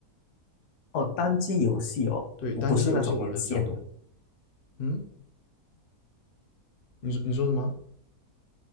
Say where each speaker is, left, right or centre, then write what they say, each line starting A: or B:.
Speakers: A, on the left; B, on the left.
A: 哦，单机游戏哦，
B: 对，单机游戏玩的比较多。
A: 不不是那种连线的。
B: 嗯，你说你说什么？